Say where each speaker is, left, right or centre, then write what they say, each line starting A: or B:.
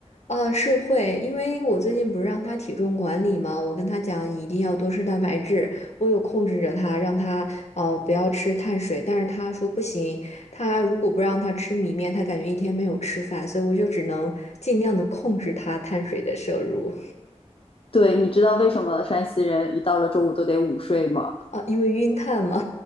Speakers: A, on the left; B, on the left.
A: 啊，是会，因为我最近不是让他体重管理吗？我跟他讲你一定要多吃蛋白质，我有控制着他，让他哦不要吃碳水，但是他说不行，他如果不让他吃米面，他感觉一天没有吃饭，所以我就只能尽量的控制他碳水的摄入
B: 对，你知道为什么山西人一到了周五都得午睡吗？
A: 啊，因为晕碳嘛。